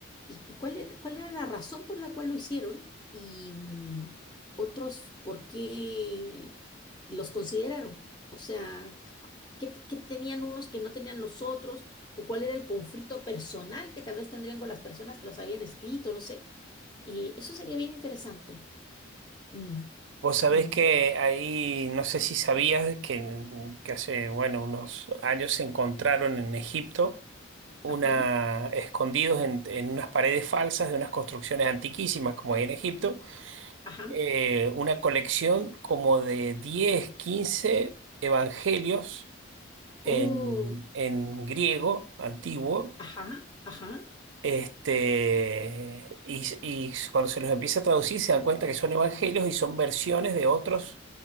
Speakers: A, on the left (about 20°); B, on the right (about 65°).
A: y, y cuál era, cuál era la razón por la cual lo hicieron y mm, otros por qué los consideraron. O sea, c- c- ¿qué, qué tenían unos que no tenían los otros? ¿O cuál era el conflicto personal que tal vez tendrían con las personas que los habían escrito? No sé. Eh, eso sería bien interesante. Mm,
B: Vos sabés
A: mm,
B: que ahí, no sé si sabías que, que hace, bueno, unos años se encontraron en Egipto una,
A: Ajá,
B: escondidos en, en unas paredes falsas de unas construcciones antiquísimas como hay en Egipto,
A: ajá.
B: eh, una colección como de 10 15 evangelios en,
A: Oh,
B: en griego antiguo
A: ajá, ajá.
B: este, y, y cuando se los empieza a traducir se dan cuenta que son evangelios y son versiones de otros